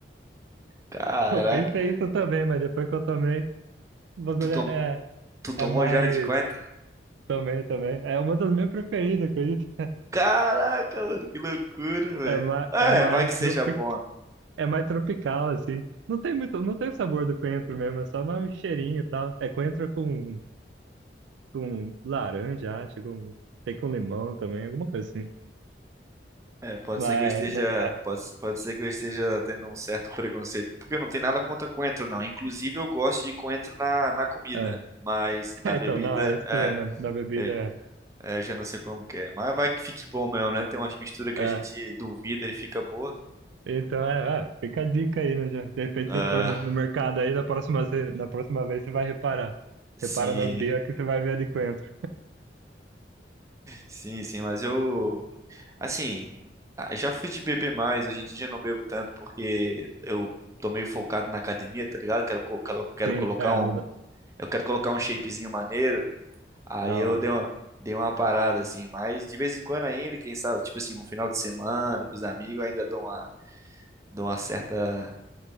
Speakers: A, on the right; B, on the right.
A: Caraca.
B: Eu pensei isso também, mas depois que eu tomei. O bagulho
A: Tu tomou,
B: é, é
A: tu
B: é
A: tomou
B: mais.
A: já a de coentro?
B: Também, também. É uma das minhas preferidas, acredito.
A: Caraca, mano, que loucura, velho.
B: É, ma,
A: É,
B: é, mais
A: vai que seja
B: tropi,
A: bom,
B: é mais tropical, assim. Não tem muito, não tem o sabor do coentro mesmo, é só mais um cheirinho e tal. É coentro com, com laranja, acho, com, tem com limão também, alguma coisa assim.
A: É, pode
B: Mas,
A: ser que eu esteja,
B: mas- é,
A: pode, pode ser que eu esteja tendo um certo preconceito, porque eu não tenho nada contra coentro, não. Inclusive, eu gosto de coentro na, na comida,
B: é. <laughs>
A: mas na
B: É,
A: bebida,
B: então, não, é estranho
A: é,
B: na, na bebida.
A: eu, é, eu já não sei como que é. Mas vai que fique bom mesmo, né? Tem umas misturas que
B: É.
A: a
B: É.
A: gente duvida e fica boa.
B: Então, é, é, fica a dica aí, né? já. De repente
A: Ah,
B: você for no, no mercado aí, na próxima, você- na próxima vez você vai reparar.
A: sim,
B: Repara nas bias que você vai ver a de coentro.
A: sim, sim, mas eu, assim, ah, já fui de beber mais, hoje em dia já não bebo tanto, porque eu tô meio focado na academia, tá ligado? Quero, co- quero, quero
B: Sim,
A: colocar
B: é,
A: um,
B: no
A: eu quero colocar um shapezinho maneiro. Aí
B: da
A: eu
B: hora.
A: dei uma, dei uma parada, assim, mas de vez em quando ainda, quem sabe, tipo assim, no final de semana, com os amigos, eu ainda dou uma, dou uma certa